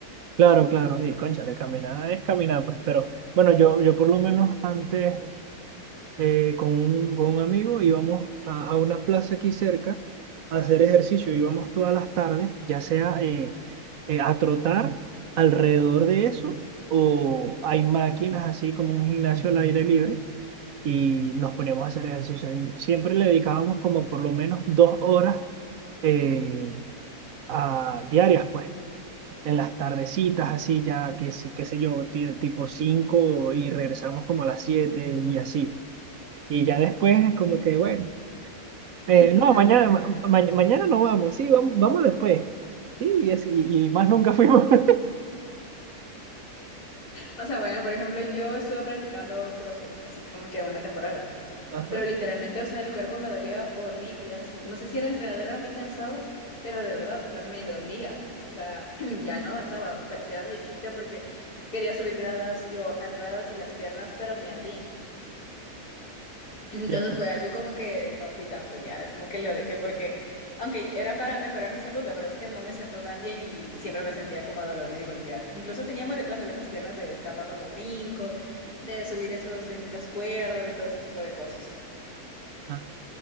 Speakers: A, on the right (about 65°); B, on the left (about 85°).
A: claro, claro. Y cónchale, caminar es caminar, pues, pero. Bueno, yo, yo por lo menos antes eh, con un, con un amigo, íbamos a, a una plaza aquí cerca a hacer ejercicio, íbamos todas las tardes, ya sea eh, eh, a trotar alrededor de eso o hay máquinas así como un gimnasio al aire libre y nos poníamos a hacer ejercicio ahí. Siempre le dedicábamos como por lo menos dos horas eh, a, diarias, pues. En las tardecitas, así ya, que sí, qué sé yo, ti- tipo 5 y regresamos como a las 7 y así. Y ya después es como que, bueno, eh,
B: <laughs>
A: no,
B: Se
A: mañana,
B: te fue.
A: ma- ma- mañana no vamos, sí, vamos, vamos después. Sí, y así, y más nunca fuimos. <laughs>
B: O sea, bueno, por ejemplo, yo estuve practicando CrossFit, así como que una temporada.
A: Ajá,
B: Pero literalmente, o sea, el cuerpo me dolía horrible, así. No sé si era el entrenador, era muy cansado, pero de verdad, o sea, me dolía. O sea, <clears throat> ya no avanzaba, parecía viejita porque quería subir gradas y, o bajar gradas y las piernas, pero me ardían. <clears throat> Entonces
A: ya está.
B: fue algo como que no fui tanto ya, es como que lo dejé porque, aunque era para mejorar mi salud, la verdad es que no me sentó tan bien y siempre me sentía como dolorida y golpeada. Incluso tenía moretones en las piernas de estar dando los brincos, de subir esas benditas cuerdas y todo ese tipo de cosas.
A: Ah,